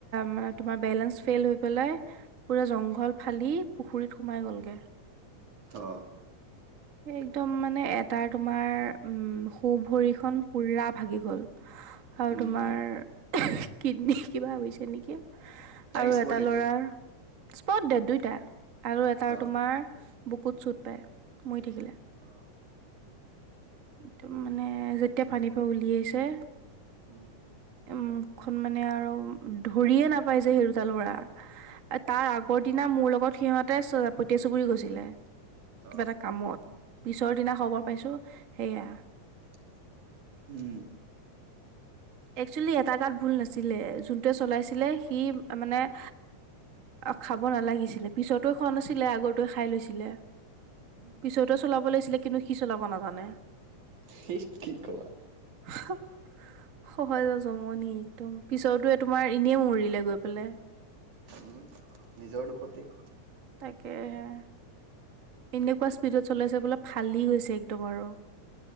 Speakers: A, on the right (about 50°); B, on the right (about 70°).
A: মানে তোমাৰ বেলেঞ্চ ফেইল হৈ পেলাই- পুৰা জংঘল ফালি পুখুৰীত সোমাই গ'ল গে।
B: অ'
A: একদম মানে এটা তোমাৰ উম' সো ভৰিখন পুৰা ভাগি গল। আৰু
B: উম
A: তোমাৰ কিডনী কিবা হৈছে নেকি।
B: তাইক
A: আৰু
B: স্পৰ্ট
A: এটা
B: দেত
A: লৰাৰ
B: নেকি
A: স্পট ডেড দুইটা আৰু এটা
B: অ
A: তোমাৰ- বুকুত চুট পায় মৰি থাকিলে।
B: অ'
A: একদম মানে যেতিয়া পানীৰ পৰা উলিয়াইছে-
B: উম'
A: এ মুখখন মানে আৰু ধৰিয়ে নাপাই যে সেই দুটা লৰা। তাৰ আগৰ দিনা মোৰ লগত সিহঁতে পতিয়া চুবুৰী গৈছিলে। কিবা
B: অ
A: এটা কামত পিছৰ দিনা খবৰ পাইছো সেয়া।
B: <unintelligible> উম'
A: একচুৱেলি এটা গাত ভুল নাছিলে যোনটোৱে চলাইছিলে সি মানে- অ' খাব নালাগিছিলে পিছৰতো খোৱা নাছিলে আগটোৱে খাই লৈছিলে।
B: উম
A: পিছৰ টোৱে চলাব লাগিছিলে কিন্তু, সি চলাব নাজানে।
B: সেই কি কোৱা?
A: হু' সহজে জমনি একদম পিছতে তোমাৰ এনেই মই মৰিলে গৈ পেলাই।
B: উওম' নিজৰ দুখতেই
A: তাকেহে এনেকুৱা স্পীডত চলাইছে বোলে ফালি গৈছে একদম আৰু